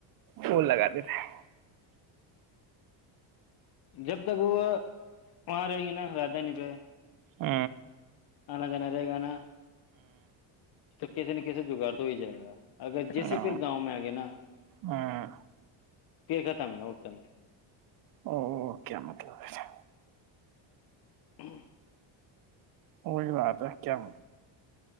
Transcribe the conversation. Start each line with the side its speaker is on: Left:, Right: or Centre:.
Right: پول لگات دی تھے
Left: جب تک وہ وہاں رہیں گی نا راجدھانی پہ
Right: ہ
Left: آنا ج نرے گانا تو کسسی نہ کیسے جگاڑ تو ہو ہی جائے گا اگر جیسے
Right: ہ
Left: پھر گاؤں میں آ گیا نا
Right: ہ ہ
Left: پ ختم ہے اپ س ن
Right: او کیا مطلب ہےا
Left: ہاں
Right: وہی بات ہے کیا <inaudible>